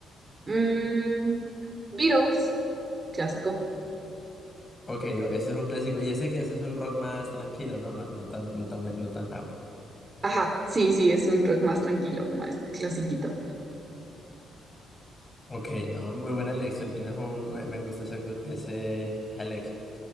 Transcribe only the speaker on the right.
mm, Beatles, clásico.
Ajá, sí, sí, es un rock más tranquilo, más clasiquito.